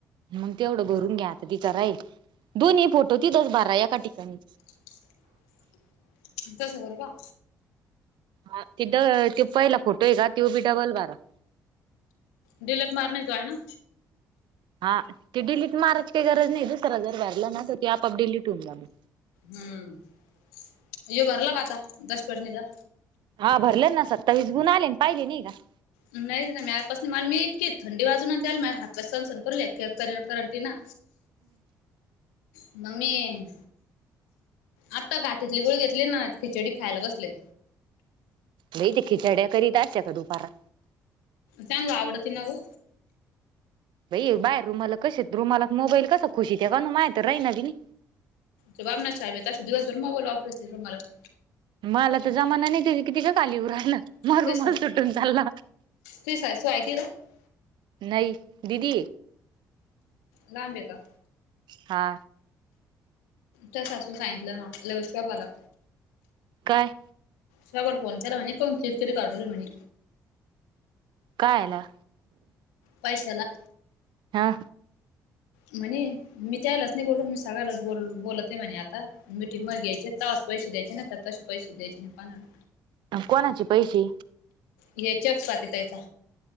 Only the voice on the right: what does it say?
मग तेवढं भरून घ्या आता तिचा राहील दोन्ही फोटो तिथंच भरा एका ठिकाणी.
हा ते ड ते पहिला फोटो ये का त्यो बी डबल भरा.
हा ते डिलीट मारायची काही गरज नाही दुसरा जर भरलं ना तर ते आपोआप डिलीट होऊन जाणार.
हा भरलेन ना सत्तावीस गुण आले पाहिले नाही का?
म इ ते खिचड्या करीत असते का दुपारा
बाई बाहेर रुमाल कसे रुमालात मोबाईल कस खुशीते काय न्यू माया तर राहिना बी
मला तर जमाना नाही किती का खाली येऊ राहिला.
माया रुमाल
तुटून चालला.
नाही दिदी.
हा.
काय?
काय आला.
हा.
कोणाचे पैसे?